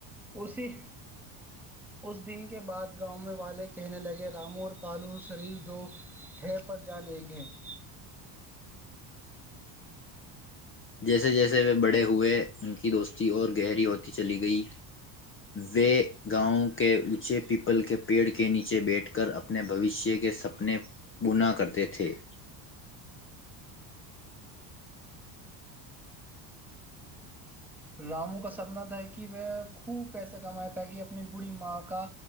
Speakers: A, in the centre; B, on the left.
A: اسی اس دن کے بعد گاؤں میں والے کہنے لگے رامو اور کالو شریف دو ہے پر جان ایک ہے <unintelligible>
B: جیسے جیسے وہ بڑے ہوئے ان کی دوستی اور گہری ہوتی چلی گئی وے گاؤں کے اونچے پیپل کے پیڑ کے نیچے بیٹھ کر اپنے بھوشیہ کے سپنے گنا کرتے تھے
A: راموں کا سپنا تھا کہ وہ خوب پیسے کمائے تاکہ اپنی بڑی ماں کا